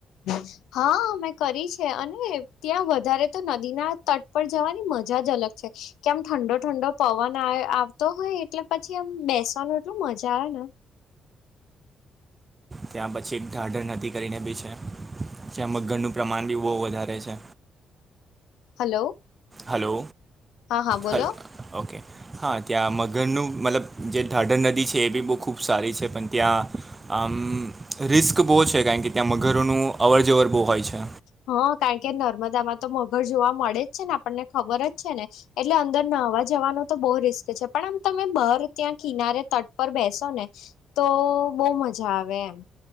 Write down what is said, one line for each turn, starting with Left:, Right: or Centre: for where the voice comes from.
Left: <inaudible> હા, મેં કરી છે, અને ત્યાં વધારે તો, નદીના તટ પર જવાની મજા જ અલગ છે! કે આમ ઠંડો ઠંડો પવન આવતો હોય, એટલે પછી આમ બેસવાનું એટલું મજા આવે ને!
Right: ત્યાં પછી એક ઢાઢર નદી કરીને બી છે, જ્યાં મઘરનું પ્રમાણ બી બહુ વધારે છે.
Left: હલો
Right: હલો
Left: હા હા બોલો
Right: હલ્ ઓકે હા, ત્યાં મગરનું મતલબ, જે ઢાઢર નદી છે એ બી બહુ ખૂબ સારી છે પણ ત્યાં આમ રિસ્ક બહુ છે, કારણ કે ત્યાં મગરોનું અવર જવર બહુ હોય છે.
Left: હા, કારણ કે નર્મદામાં તો મગર જોવા મળે જ છે ને, આપણને ખબર જ છે ને. એટલે અંદર નાહવા જવાનો તો બહુ રિસ્ક છે, પણ આમ તમે બહર ત્યાં કિનારે તટ પર બેસો ને તો બહુ મજા આવે, એમ.